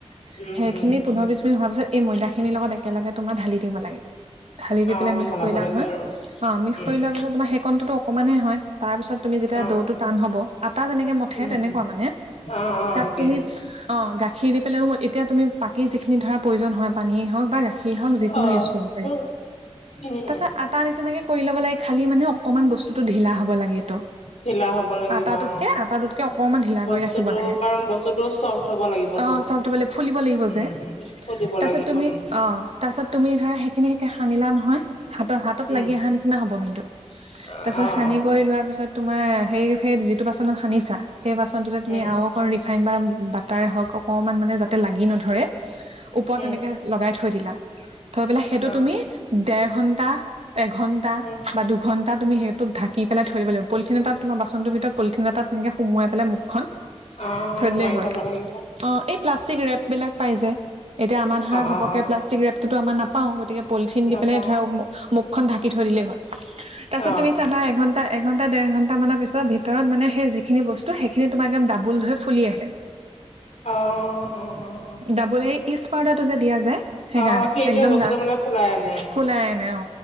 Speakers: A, on the right (about 65°); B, on the left (about 80°).
A: সেইখিনি
B: উম উম
A: পোন্ধৰ বিশছ মিনিট হোৱাৰ পিছত এই ময়দা খিনিৰ লগত একেলগে তোমাৰ ঢালি দিব লাগে ঢালি দি
B: অ
A: পেলাই
B: মিহলাব
A: মিক্স কৰিলা
B: লাগে
A: নহয়
B: আৰু
A: অ মিক্স
B: উম
A: কৰি লোৱাৰ পিছত তোমাৰ সেইকনটোতো অকনমান হে হয় তাৰপিছত তুমি যেতিয়া
B: অ
A: দৌটো টান হ'ব আটা যেনেকে মঠে
B: উম
A: তেনেকুৱা
B: উম
A: মানে
B: অ অ
A: তাত
B: একেই
A: তুমি অ গা ঘি দি পেলাইও মই এতিয়া তুমি পাকী যিখিনি ধৰা প্ৰয়োজন হয় পানীয়েই হওক বা গাখীৰেই হওক যিকোনো
B: অ
A: ইউজ কৰিব তাৰ
B: উম উম
A: পাছত
B: উম
A: আটাৰ নিচিনাকে কৰি ল'ব লাগে খালি মানে অকমান বস্তুটো ঢিলা হব লাগে তটো
B: ঢিলা হব লাগিব
A: <unintelligible> আটাটোতকে
B: অ
A: আটাটোতকে অকনমান ঢিলা
B: বস্তুটো
A: কৰি ৰাখিব লাগে
B: কাৰণ বস্তুটো চফ্ট হব লাগিবতো
A: অ চাউলটো বোলে ফুলিব লাগিব
B: উম
A: যে
B: উম ফুলিব
A: তাৰ
B: লাগিব
A: পিছত তুমি
B: উম
A: অঁ তাৰ পিছত ধৰা সিখিনি সেনকে সানিলা নহয় হাতৰ হাতত লাগি
B: উম
A: আহা নিচিনা হ'ব কিন্তু
B: অ
A: তাৰ পিছত সানি
B: অ
A: কৰি লোৱাৰ পিছত পিছত তোমাৰ সেই সেই যিটো বাচনত সানিছা সেই বাচন টোতে
B: উম
A: তুমি আৰু অকন ৰিফাইন বা বাটাৰে হওঁক অকণমান মানে যাতে লাগি নধৰে ওপৰত
B: উম
A: তেনেকে লগাই থৈ দিলা থৈ পেলাই সেইটো
B: অ
A: তুমি দেৰ ঘন্টা এঘন্টা
B: উম
A: বা দুঘন্টা তাত তুমি সেইটোত ঢাকি পেলায় থৈ দিব লাগিব পলিথিন এটাত তোমাৰ বাচনটোৰ ভিতৰত পলথিন এটাত তেনেকে সোমায় পেলেই মুখখন
B: অ
A: ধৰিলে
B: মাৰি
A: হয়
B: থব লাগিব
A: অ এই প্লাষ্টিক ৰেপ বিলাক পাই যে এতিয়া আমাৰ ধৰা ঘপকে
B: অ অ
A: প্লাষ্টিক ৰেপটোতো আমাৰ নাপাও গতিকে পলিথিন
B: নাপাও
A: দি পেলাই ধৰা মুখখন ঢাকি থৈ দিলেই হ'ল তাৰ
B: অ
A: পিছত তুমি চাবা এঘন্টা এঘণ্টা দেৰ ঘণ্টা মানৰ পিছত ভিত ভিতৰত মানে সেই যিখিনি বস্তু সেইখিনি তোমাক একদম ডাবুল হৈ ফুলি আহে
B: অ অ অ অ
A: ডাবুল সেই ইষ্ট পাওদাৰটো যে দিয়া যায় সেইকাৰণে
B: অ সেইটোৱে
A: একদম
B: বস্তুটো মানে পুলাই আনে
A: ফুলাই
B: অ
A: আনে অ